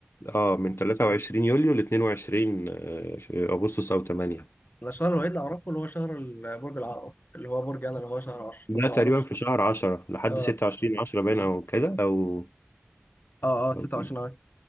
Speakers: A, on the left (about 65°); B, on the left (about 50°).
A: اه من 23 يوليو ل 22 آه، في اغسطس او 8
B: انا الشهر الوحيد اللي اعرفه اللي هو شهر ال- برج العقرب اللي هو برج انا اللي هو شهر 10
A: ده
B: بس ما
A: تقريبا
B: اعرفش
A: في شهر 10 لحد
B: اه
A: 26 10 باين او كده او
B: اه اه 26
A: أو كده.
B: عارف